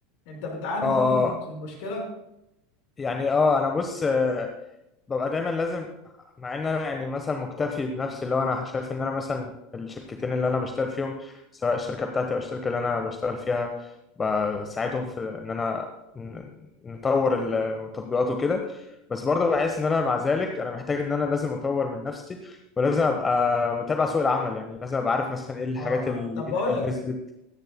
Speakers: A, on the left; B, on the left.
A: انت بتعاني
B: اه
A: برضه من نفس المشكله اه
B: يعني اه انا بص ببقى دايما لازم مع ان انا يعني مثلا مكتفي بنفسي اللي هو انا شايف ان انا مثلا الشركتين اللي انا بشتغل فيهم سواء الشركه بتاعتي او الشركه اللي انا بشتغل فيها بساعدهم في ان انا ن- نطور التطبيقات وكده بس برضه بحس ان انا مع ذلك انا محتاج ان انا لازم اطور من نفسي ولازم ابقى متابع سوق العمل يعني لازم ابقى عارف مثلا ايه الحاجات
A: اه
B: الجديده
A: طب بقول
B: اللي
A: لك
B: نزلت